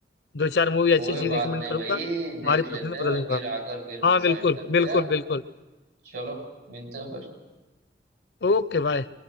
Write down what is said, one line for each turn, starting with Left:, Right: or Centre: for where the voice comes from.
Left: दो चार मूवी अच्छी
Right: कोई
Left: अच्छी रिकमेंड
Right: बात नहीं
Left: करूंगा
Right: भाई
Left: तुम्हारी
Right: देख
Left: प्रेफरेंस
Right: लेते
Left: बदल
Right: हैं
Left: दूंगा
Right: फिर आकर फिर
Left: हाँ
Right: डिसाइड
Left: बिल्कुल
Right: करते
Left: बिल्कुल
Right: हैं
Left: बिल्कुल
Right: चलो मिलते हैं फिर
Left: Okay bye